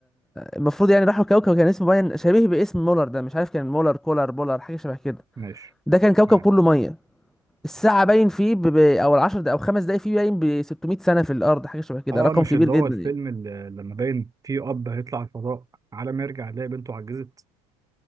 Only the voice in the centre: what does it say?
المفروض يعني راحوا كوكب كان اسمه باين شبيه باسم مولر ده مش عارف كان مولر كولر بولر حاجه شبه كده
ده كان كوكب
كله ميه الساعة باين فيه ب... ب... او العشر دقايق او خمس دقايق فيه باين ب 600 سنة في الارض حاجة شبه كده
رقم
كبير
جدا
يعني